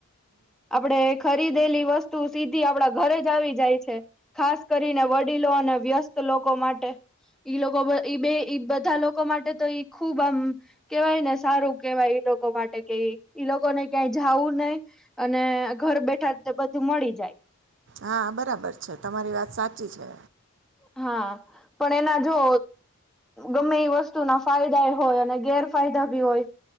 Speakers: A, in the centre; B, on the right.
A: આપડે ખરીદેલી વસ્તુ સીધી આપડા ઘરે જ આવી જાય છે ખાસ કરીને વડીલ અને વ્યસ્ત લોકો માટે ઈ લોકો ઈ બે બા લોકો માટે તો ખુબ આમ કેવાય ને સારું કેહેવાય લોકો માટે કે ઈ લોકોને કઈ જવું નહીિ અને ઘર બેઠા બધું મળી જાય
B: હા બરાબર છે તમારી વાત સાચી છે
A: હા પણ એના જો ગમે એ વસ્તુ ના ફાયદા એ હોય અને ગેરફાયદા ભી હોય